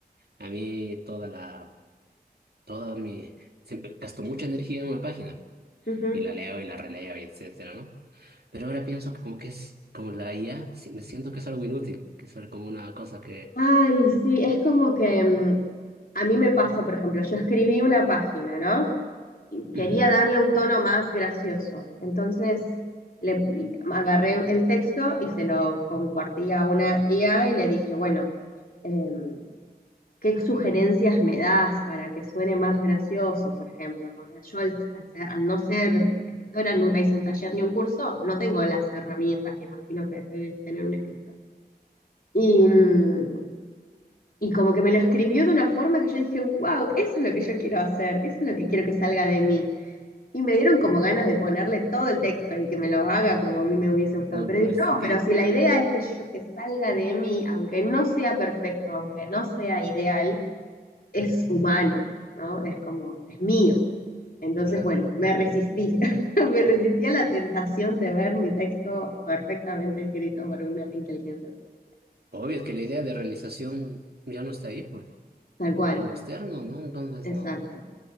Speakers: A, on the right (about 75°); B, on the left (about 60°).
A: A mí toda la, toda mi, siempre gasto mucha energía en una página
B: ujú.
A: y la leo y la releo y etcétera, ¿no? Pero ahora pienso que como que es como la IA, sí, me siento que es algo inútil, que es como una cosa que...
B: Ay, sí, es como que mm, a mí me pasó, por ejemplo, yo escribí una página, ¿no? Y quería
A: Ujú.
B: darle un tono más gracioso. Entonces le, le- agarré el texto y se lo compartí a una IA y le dije, bueno, em, ¿qué sugerencias me das para que suene más gracioso, por ejemplo? Porque yo al, al ser- al no ser escritora nunca hice un taller ni un curso, no tengo las herramientas que imagino que debe tener un escritor. Y, mm, y como que me lo escribió de una forma que yo dije, wow, eso es lo que yo quiero hacer, eso es lo que quiero que salga de mí. Y me dieron como ganas de ponerle todo el texto y que me lo haga como a mí me hubiese
A: No,
B: gustado. Pero
A: pero
B: digo,
A: es
B: no,
A: que,
B: pero si la idea es que, yo, que salga de mí, aunque no sea perfecto, aunque no sea ideal, es humano, ¿no? Es como, es mío. Entonces,
A: claro,
B: bueno, me resistí, <laughs> me resistí a la tentación de ver mi texto perfectamente escrito por una inteligencia artificial.
A: obvio que la idea de realización ya no está ahí, pues.
B: Tal cual,
A: Es algo externo, ¿no? Entonces,
B: exacto.
A: no.